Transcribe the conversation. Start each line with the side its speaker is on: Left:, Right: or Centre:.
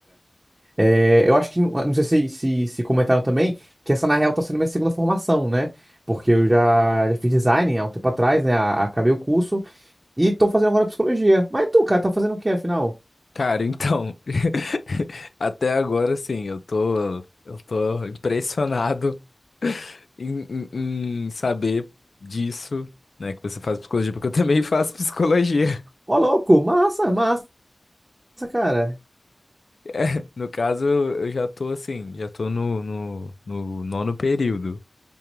Right: É, eu acho que, não não sei se, se, se comentaram também, que essa na real tá sendo minha segunda formação, né? Porque eu já, já fiz design há um tempo atrás, né? A- Acabei o curso e tô fazendo agora psicologia. Mas tu, cara, tá fazendo o que afinal?
Left: Cara, então, <laughs> até agora sim, eu tô, eu tô impressionado <laughs> em, em- em saber disso, né, que você faz psicologia, porque eu também faço psicologia. <laughs>
Right: Ô, louco, massa, massa, cara.
Left: É, no caso, eu já tô assim, já tô no, no, no nono período.